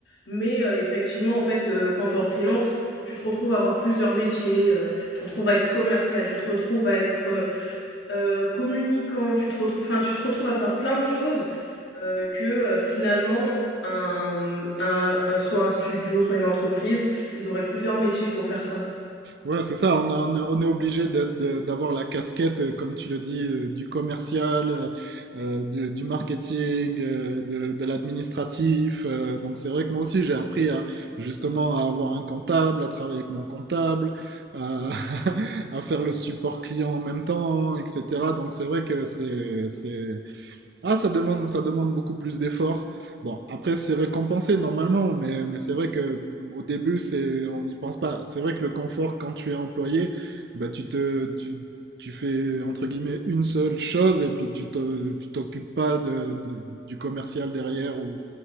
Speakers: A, on the left (about 75°); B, on the right (about 60°).
A: mais heu, effectivement, en fait, heu, quand tu es en freelance, tu te retrouves à avoir plusieurs métiers, heu, tu te retrouves à être commercial, tu te retrouves à être, heu, communicant, tu te retrouves, enfin, tu te retrouves à faire plein de choses, heu, que, heu, finalement un, mmh, un un soit un studio, soit une entreprise, ils auraient plusieurs métiers pour faire ça.
B: Ouais, c'est ça, on a- on est, on est obligé d'être- de- d'avoir la casquette, euh, comme tu le dis, euh, du commercial, euh, euh, du, du marketing, euh, de, de l'administratif. euh, donc c'est vrai que moi aussi, j'ai appris à, justement à avoir un comptable, à travailler avec mon comptable, à, <laughs> à faire le support client en même temps, etc. Donc c'est vrai que c'est, c'est, ah, ça demande, ça demande beaucoup plus d'efforts. Bon, après, c'est récompensé normalement, mais, mais c'est vrai que au début, c'est, on n'y pense pas. C'est vrai que le confort, quand tu es employé, bah, tu te, tu, tu fais, entre guillemets, une seule chose et puis tu te, tu t'occupes pas de, de- du commercial derrière ou,